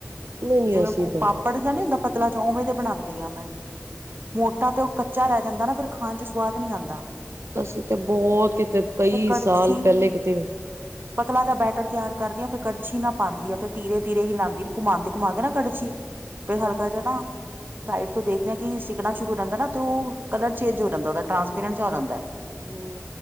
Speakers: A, on the right; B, on the right.
A: ਨਹੀਂ ਨਹੀਂ
B: ਜਿਵੇਂ
A: ਅਸੀਂ ਤਾਂ
B: ਪਾਪੜ
A: ਨਹੀਂ
B: ਨੀ ਹੁੰਦਾ ਪਤਲਾ ਚਵੇਂ ਤੇ ਬਣਾਉਂਦੀ ਆਂ ਮੈਂ ਮੋਟਾ ਤਾਂ ਕੱਚਾ ਰਹਿ ਜਾਂਦਾ ਨਾ, ਫ਼ਿਰ ਖਾਣ' ਚ ਸਵਾਦ ਨੀ ਆਂਦਾ।
A: ਅਸੀਂ ਤੇ ਬਹੁਤ ਕਿਤੇ, ਕਈ
B: ਕੜਛੀ
A: ਸਾਲ ਪਹਿਲੇ ਕਿਤੇ।
B: ਪਤਲਾ ਜਾ ਬੈਟਰ ਤਿਆਰ ਕਰਦੀ ਆਂ, ਫਿਰ ਕੜਛੀ ਨਾ ਪਾਂਦੀ ਆ, ਫਿਰ ਧੀਰੇ, ਧੀਰੇ ਹੀ ਹੀਲਾਂਦੀ, ਘੁਮਾਨ, ਘੁਮਾਕੇ ਨਾ ਕੜਛੀ ਫਿਰ ਹਲਕਾ ਜਿਹਾ ਨਾ ਸਾਈਡ ਤੋਂ ਦੇਖਦੇ ਆਂ, ਕਿ ਸਿੱਕਣਾ ਸ਼ੁਰੂ ਜਾਂਦਾ ਨਾ ਤ ਉਹ, ਕਲਰ ਚੇਂਜ ਹੋ ਜਾਂਦਾ ਉਹਦਾ, ਟਰਾਂਸਪੇਰੈਂਟ ਜਾ ਹੋ ਜਾਂਦਾ।
A: ਹੂੰ